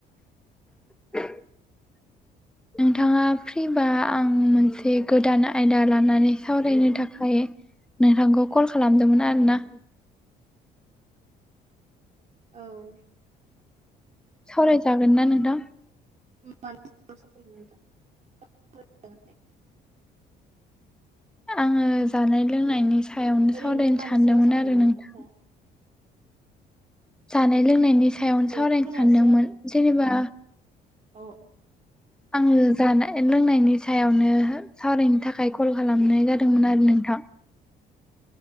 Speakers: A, in the centre; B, on the right.
A: <inaudible>
B: औ
A: नोंथाआ फ्रिबा आं मोनसे गोदान आयदा लानानै सावरायनो थाखाय नोंथांखौ कल खालामदोंमोन आरोना
B: औ
A: सावरायजागोन ना नोंथां
B: म <inaudible>
A: आङो जानाय लोंनायनि सायावनो
B: ओरैनो
A: सावरायनो
B: मानि
A: सानदोंमोन
B: सायाव सावरायनो
A: आरो नोंथां
B: होमबा?
A: जानाय लोंनायनि सायावनो
B: औ
A: सावरायनो
B: खोनायासै
A: सानदोंमोन
B: आं
A: जेनोबा
B: औ
A: आङो जानाय लोंनायनि सायावनो सावरायनो थाखाय कल खालामनाय जादोंमोन आरो नोंथां